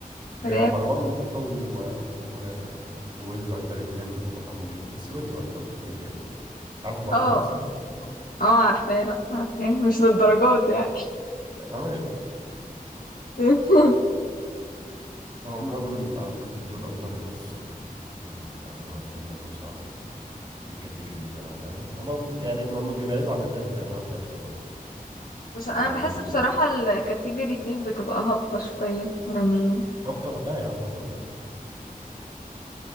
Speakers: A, on the right; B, on the left.
A: بيبقى
B: راب
A: مروان موسى و... و... وويجز اكتر اتنين محبوبين بس ويجز اكتر بكتير يعني عارف مروان
B: اه
A: موسى
B: اه آه، عارفاه لا عارفاه مش للدرجات يعني
A: انا
B: <laughs>
A: هم دول اعتقد دول اكتر ناس آه، يعني بيعملوا اغاني حلوه بصراحه في ال في الكاتيجوري دوت يعني هم يعني لما بيبعدوا عن الراب بيعملوا حاجات حلوه
B: بس انا
A: اللي ما
B: بحس
A: بيبقوا
B: بصراحه الكاتيجوري دي بتبقى هابطه شويه يعني
A: هابطه لا يا عم خالص يعني